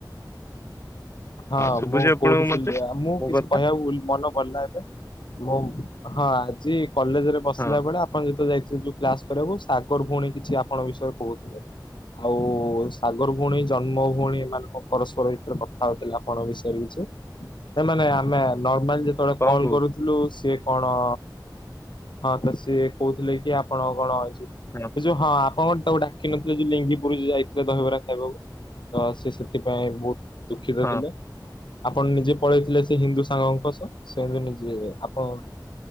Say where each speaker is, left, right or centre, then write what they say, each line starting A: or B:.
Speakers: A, on the left; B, on the left.
A: ହଁ,
B: ଶୁଭୁଛି
A: ମୁଁ
B: ଆପଣଙ୍କୁ
A: କୋଉଠି ଥିଲି
B: ମତେ
A: ଆ ମୁଁ
B: ମୋ
A: କିଛି
B: କଥା
A: କହିବାକୁ ଭୁଲ୍ ମନ ପଡ଼ିଲାନି ମୁଁ ହଁ, ଆଜି କଲେଜରେ ବସିଲାବେଳେ
B: ହଁ
A: ଆପ ଆପଣ ଯେତେବେଳେ ଯାଇଥିଲେ ଯୋଉ କ୍ଲାସ କରିବାକୁ ସାଗର ଭଉଣୀ କିଛି ଆପଣଙ୍କ ବିଷୟରେ କହୁଥିଲେ। ଆଉ ସାଗର ଭଉଣୀ ଜନ୍ମ ଭଉଣୀ ଏାନଙ୍କ ପରସ୍ପର ଭିତରେ କଥ କଥା ହେଉଥିଲା ଆପଣଙ୍କ ବିଷୟରେ କିଛି ନାଇଁ ମାନେ, ଆମେ ନର୍ମାଲ ଯେତେବେଳେ
B: କଣ
A: କଲ୍
B: କହୁଥିଲି
A: କରୁ ଥିଲୁ ସିଏ କଣ ହଁ ତ ସିଏ କହୁଥିଲେ କି, ଆପଣ କଣ ଅଛ
B: ହୁଁ।
A: ସେ ଯୋଉ ହଁ, ଆପଣ ତାକୁ ଡାକି ନଥିଲେ ଯୋଉ ଲିଙ୍ଗିପୁରୁ ଯାଇଥିଲେ ଦହିବରା ଖାଇବାକୁ ତ ସିଏ, ସେଥିପାଇଁ ବହୁତ ଦୁଃଖିତ
B: ହଁ
A: ଥିଲେ ଆପଣ ନିଜେ ପଳେଇଥିଲେ ସେ ହିନ୍ଦୁସ୍, ସାଙ୍ଗଙ୍କ ସହ ସେମିତି ନିଜେ ଆପଣ